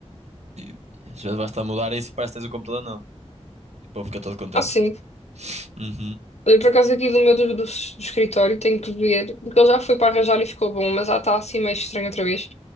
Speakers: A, on the right; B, on the left.
A: E às vezes basta mudar isso e parece que tens o computador novo. O povo fica todo contente.
B: Ah, sim.
A: Uhum.
B: Olha, por acaso aqui do meu do, do- do escritório tenho que ver, porque ele já foi para arranjar e ficou bom, mas já está assim meio estranho outra vez.